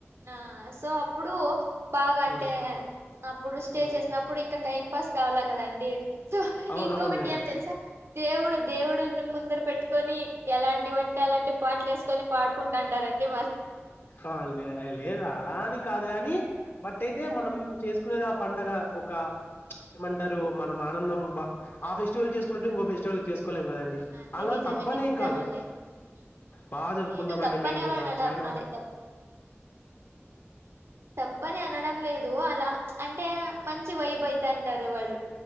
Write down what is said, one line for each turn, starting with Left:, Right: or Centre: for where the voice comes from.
Right: ఆ సో అప్పుడు బాగా అంటే
Left: ఆ
Right: అప్పుడు స్టే
Left: ఆ
Right: చేసినప్పుడు ఇంకా టైం పాస్ కావాలా కదాండి సో
Left: అవునవునులేండి
Right: ఇంకొకటి ఏం తెలుసా దేవుడు దేవుడుని ముందర పెట్టుకొని ఎలాంటివంటి ఎలాంటి పాటలు యేసుకొని పాడుకుంటు అంటారండి
Left: అ లేదు అలా అని కాదు గాని బట్ అయితే మనం చేసుకునేది ఆ పంండగ ఒక ఏమంటారు మనం ఆనందం బా ఆ ఫెస్టివల్ జేసుకున్నట్టు ఇంకో ఫెస్టివల్ చేసుకు కోలేం కదండి
Right: అది
Left: అలా
Right: నిజమే
Left: తప్పనేం
Right: నిజమండి
Left: కాదు
Right: హ్మ్.
Left: బాగా జరుపుకుంటామ
Right: లేదు తప్పని
Left: అండి మేము
Right: ఏమనడం
Left: కూడా చనాా
Right: అదే తప్ తప్పని అనడం లేదు అలా అంటే మంచి వైబ్ అయితంటారు వాళ్ళు